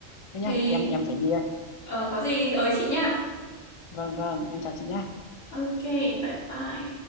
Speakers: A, on the left (about 40°); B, on the left (about 70°).
A: thế nhá
B: thì
A: em em phải đi
B: ờ, có gì ới chị nha
A: Vâng, vâng, em chào chị nha.
B: ok bye bye